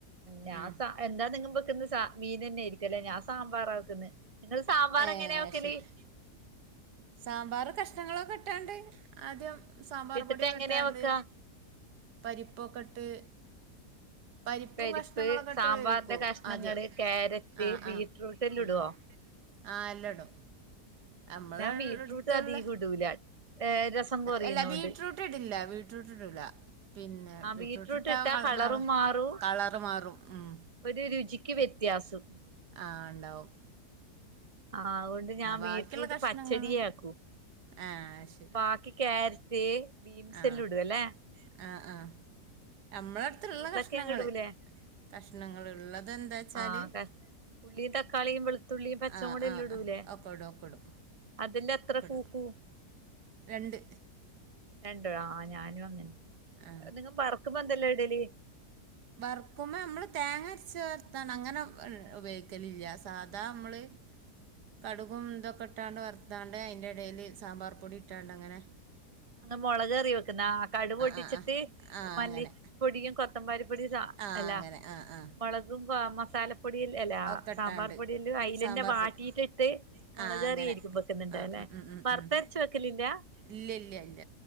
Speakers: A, on the right (about 20°); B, on the right (about 80°).
A: ഞാൻ
B: ഉം
A: സ എന്താ നിങ്ങ വെക്കുന്ന മീൻ തന്നൊയിരിക്കല്ലേ ഞാൻ സാമ്പാറാ വെക്കുന്നത് നിങ്ങള് സാമ്പാർ
B: ഏഹ്
A: എങ്ങനെയാ വെക്കല്
B: ശരി സാമ്പാർ കഷ്ണങ്ങളൊക്കെ ഇട്ടാണ്ട് ആദ്യം സാമ്പാർ
A: ഇട്ടിട്ട്
B: പൊടിയൊക്കെട്ടാണ്ട്
A: എങ്ങനെയാ വെക്കാ
B: പരിപ്പൊക്കെ ഇട്ട് പരിപ്പും
A: പരിപ്പ്
B: കഷ്ണങ്ങളൊക്കെ ഇട്ട്
A: സാമ്പാറിന്റെ
B: വേവിക്കും
A: കഷ്ണങ്ങള്
B: ആദ്യം
A: ക്യാരറ്റ്
B: ആഹ്
A: ബീറ്റ്റൂട്ട്
B: ആഹ്
A: എല്ലാം
B: ഉം
A: ഇടുവോ
B: ആഹ് എല്ലാം ഇടും നമ്മള
A: ഞാൻ ബീറ്റ്റൂട്ട്
B: എടുത്തുള്ള
A: അധികം ഇടൂല ഏഹ് രസം കൊറിയുന്നോണ്ട്
B: ഇല്ല ബീറ്റ്റൂട്ട് ഇടില്ല ബീറ്റ്റൂട്ട് ഇടില്ല പിന്നെ
A: ആഹ്
B: ബീറ്റ്‌റൂറ്റ്
A: ബീറ്റ്റൂട്ട്
B: ഇട്ടാൽ
A: ഇട്ടാ കളറും മാറും
B: കളർ മാറും ഉം
A: ഒരു രുചിക്ക് വ്യത്യാസം
B: ആഹ് ഇണ്ടാവും
A: ആ അതുകൊണ്ട് ഞാൻ ബീറ്റ്റൂട്ട്
B: ബാക്കിയുള്ള കഷ്ണങ്ങള്
A: പച്ചടിയ ആക്കും
B: ആഹ് ശരി
A: ബാക്കി ക്യാരറ്റ് ബീൻസെല്ലാം
B: ആഹ്
A: ഇടുവല്ലേ
B: ആഹ് ആഹ് നമ്മളടുത്തുള്ള
A: ഉരുളക്കിഴങ്ങ്
B: കഷ്ണങ്ങള്
A: ഇടൂലേ
B: കഷ്ണങ്ങള് ഉള്ളത് എന്താ വെച്ചാല്
A: ആഹ് ക ഉള്ളി തക്കാളി വെളുത്തുള്ളിയും പച്ച
B: ആ
A: കൂടി എല്ലാം
B: ആ
A: ഇടൂലേ
B: ആ ഒക്കെ ഇടും ഒക്കെ ഇടും
A: അതിന്റത്ര
B: ഒക്കെ
A: പൂക്കൂ
B: ഇടും രണ്ട്
A: രണ്ടു ആ ഞാനും അങ്ങനെ
B: ആ
A: നിങ്ങ വറക്കുമ്പോ എന്തല്ലോ ഇടല്
B: വറക്കുമ്പോ നമ്മള് തേങ്ങ അരച്ച് വർത്താണ് അങ്ങനെ ഉപയോഗിക്കലില്ല സാധാ നമ്മള് കടുകും ഇതൊക്കെ ഇട്ടാണ്ട് വറുത്താണ്ട് അതിൻ്റെ ഇടയിൽ സാമ്പാർ പൊടി ഇട്ടാണ്ട് അങ്ങനെ
A: ഇന്ന് മുളക് കറിയാ വെക്കുന്ന ആ കടുക് പൊട്ടിച്ചിട്ട്
B: ആ ആ ആ
A: മല്ലി
B: അങ്ങനെ
A: പൊടിയും കൊത്തമ്പാരിപ്പൊടിയും
B: ആ
A: അല്ലാ
B: അങ്ങനെ ആ ആ
A: മുളകും മസാല പൊടില്ല അല്ല
B: ഒക്കെ
A: സാമ്പാർ
B: ഇട്ടാണ്ട്
A: പൊടീല്ല അയിലന്നെ
B: സാമ്പാർ
A: വാട്ടിട്ട്
B: പൊടി
A: മുളകറി
B: ആ അങ്ങനെ
A: ആയിരിക്കും വെ ക്ക്ന്ന്ണ്ട്
B: ആ
A: അല്ലേ
B: ഉം ഉം ഉം
A: വറ്ത്തരച്ച്
B: ഉം
A: വെക്കലില്ലേ
B: ഇല്ല ഇല്ല ഇല്ല